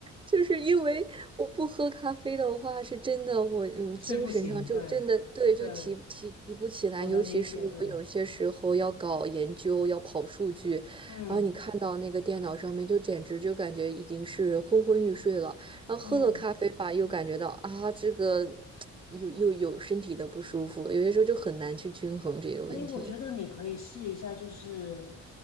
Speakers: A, on the right; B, on the left.
A: 就是因为我不喝咖啡的话，是真的我嗯精神上就真的对就提提提不起来，
B: 睡不醒，对，对，我能理解，
A: 尤其是我有些时候要搞研究，
B: 对，
A: 要跑数据，
B: 嗯。
A: 然后你看到那个电脑上面就简直就感觉已经是昏昏欲睡了，然后喝了咖啡吧，
B: 嗯，
A: 又感觉到啊这个 <tsk> 又又有身体的不舒服，有些时候就很难去均衡这个问题。
B: 哎，我觉得你可以试一下，就是